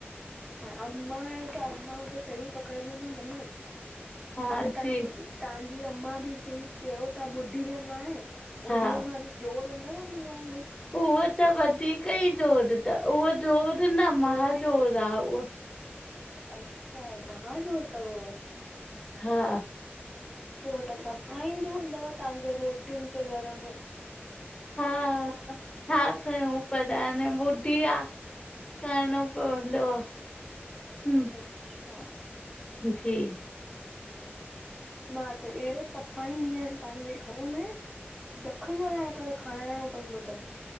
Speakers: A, in the centre; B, on the left (about 20°).
A: हा अम्मा आहयूं त अम्मा त सही पकड़ंदी न मन।
B: हा
A: जीअं तवहांजी
B: जी
A: तवहांजी अम्मा बि चई चयो था ॿुढ ढी अमां आहे
B: हा
A: ॿुढीअमां बि जोरु हूंदव मूंहं वांगुरु!
B: उहा त वधीक ई जोरु तव, उहा जोरु न
A: हूअ
B: महाजोर
A: बि जो
B: आ उहा।
A: अच्छा महाजोरु थव उह!
B: हा।
A: पो त तपाईंदी हूंदव तहांखे रोटियुनि ते घर में।
B: हा छा कयूं पर हाणे ॿुढी आ, करणो पवंदो आह, हम्म
A: अच्छा
B: जी।
A: मा त अहिड़ो तपांईंदी आहियांन। पंहिंजे घर में जखम लाए करे खाइणो पवंदो अथनि।